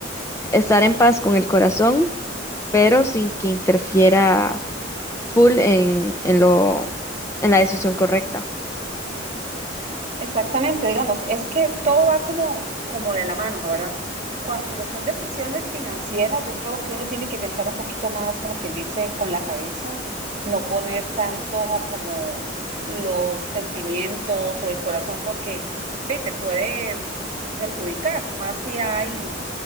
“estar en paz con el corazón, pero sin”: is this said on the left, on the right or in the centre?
Left